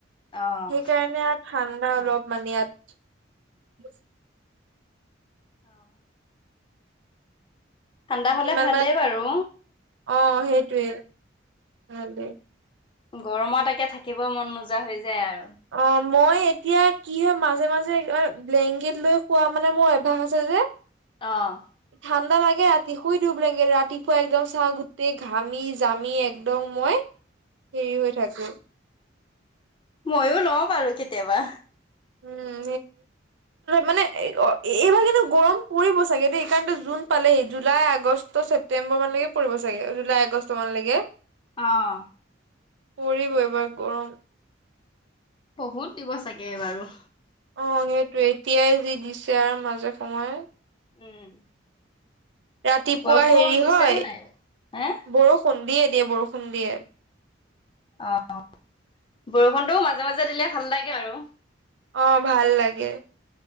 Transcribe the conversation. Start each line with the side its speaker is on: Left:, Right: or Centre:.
Left: অ'।
Right: সেইকাৰণে আৰু ঠাণ্ডা অলপ মানে ইয়াত
Left: অহ ঠাণ্ডা হলে
Right: ইমান
Left: ভালেই
Right: মানে
Left: বাৰু,
Right: অ সেইটোৱে ভালেই।
Left: গৰমত একে থাকিব মন নোযোৱা হৈ যায় আৰু
Right: অ মই এতিয়া কি হয় মাজে মাজে ব্লেংকেট লৈ শোৱা মানে মোৰ অভ্যাস আছে যে।
Left: অহ।
Right: ঠাণ্ডা লাগে ৰাতি শুই ধুব লগে ৰাতিপুৱা একদম চাওঁ গোটেই ঘামি জামি একদম মই হেৰি হৈ থাকো।
Left: ময়ও লওঁ আৰু কেতিয়াবা
Right: উম মানে এইবাৰ কিন্তু গৰম পৰিব চাগে দেই এই কাৰণ জুন পালেই জুলাই আগষ্ট ছেপ্তেম্বৰ মানলৈকে পৰিব চাগে জুলাই আগষ্ট মানলৈকে
Left: অহ
Right: পৰিব এইবাৰ গৰম।
Left: বহুত দিব চাগে বাৰু
Right: অ সেইটো এতিয়াই যি দিছে আৰু মাজে সময়ে
Left: উম
Right: ৰাতিপুৱা
Left: বৰষুণ
Right: হেৰি
Left: দিছে
Right: হয়
Left: নে নাই? হে
Right: বৰষুণ দিয়ে দিয়ে বৰষুণ দিয়ে।
Left: অ বৰষুণটো মাজে মাজে দিলে ভাল লাগে আৰু
Right: অ ভাল লাগে।